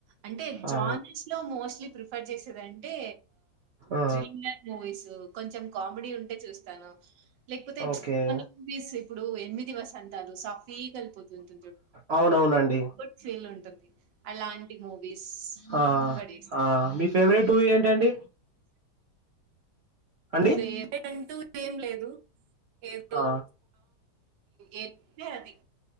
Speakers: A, on the right; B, on the right.
A: అంటే జానెస్ట్
B: ఆ
A: లో మోస్ట్లీ ప్రిఫర్ చేసేదింటే
B: ఆ
A: త్రిలర్ మూవీ కొంచెం కామెడీ ఉంటే చూస్తాను లేకపోతే
B: ఓకే
A: కొన్ని మూవీస్ ఇప్పుడు ఎనిమిది దిస వసంతాలు సాఫీ అల్పోతు ఉంత జ
B: అవునవునండి.
A: గు ఫీల్ ఉ ఉంటుంది అలాంటి మూవీస్
B: ఆ
A: ప్రిఫర్ చేస్తాను
B: మీ ఫేవరెట్ మూవీ ఏంటండి అండి?
A: పెవర్ట్ అంటూ ఏం లేదు ఏదో
B: ఆ!
A: ఏ అది